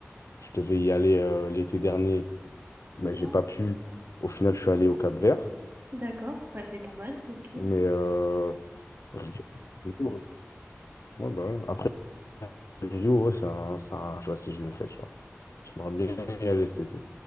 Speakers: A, on the left (about 85°); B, on the right (about 45°).
A: je devais y aller euh, l'été dernier, mais j'ai
B: Ah,
A: pas
B: ouais.
A: pu. Au final, je suis allé au Cap-Vert.
B: D'accord, bah, c'est pas mal, ok.
A: Mais euh, Rio, Rio, ouais. Ouais, bah ouais. Après, Rio, ouais, c'est un, c'est un- je sais pas si je le fais, tu vois. J'aimerais bien y aller cet été.